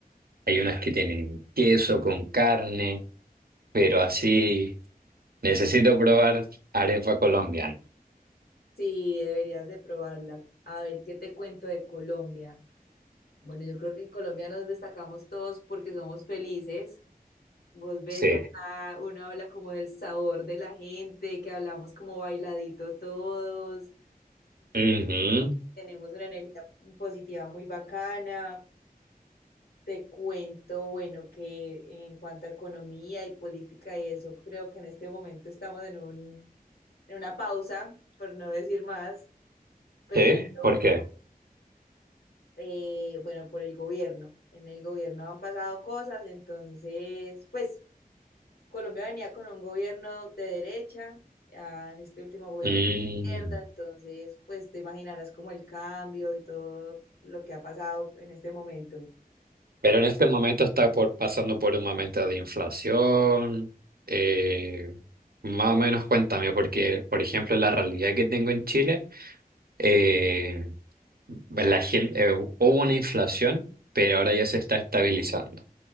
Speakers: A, on the right; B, on the left.
A: hay unas que tienen queso con carne, pero así necesito probar arepa colombiana.
B: Sí, deberías de probarla. A ver, ¿qué te cuento de Colombia? Bueno, yo creo que en Colombia nos destacamos todos porque somos felices. Vos ves,
A: Sí.
B: ya acá uno habla como del sabor de la gente, que hablamos como bailadito todos,
A: Ujú.
B: tenemos una energía positiva muy bacana. Te cuento, bueno, que en cuanto a economía y política y eso, creo que en este momento estamos en un, en una pausa, por no decir más,
A: ¿Sí?
B: pero,
A: ¿Por qué?
B: eh, bueno, por el gobierno. En el gobierno han pasado cosas, entonces, pues Colombia venía con un gobierno de derecha, a este último gobierno
A: Mm.
B: de izquierda, entonces pues te imaginarás como el cambio y todo lo que ha pasado en este momento.
A: Pero en este momento está por, pasando por un momento de inflación. eh, más o menos cuéntame, porque, por ejemplo, la realidad que tengo en Chile. Eh, la gente, hubo una inflación, pero ahora ya se está estabilizando.